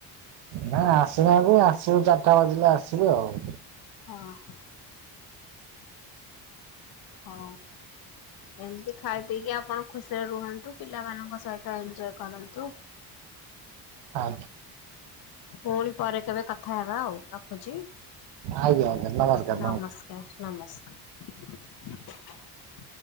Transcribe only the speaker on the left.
ହଁ ହୋ। ହଁ ଏମିତି ଖାଇ ପିଇକି ଆପଣ ଖୁସି ରେ ରୁହନ୍ତୁ ପିଲାମାନଙ୍କ ସହିତ ଏଞଜୟ କରନ୍ତୁ।
ପୁନ ପରେ କେବେ କଥା ହେବା ଆଉ ରଖୁଛି।
ନମସ୍କାର ନମସ୍କାର।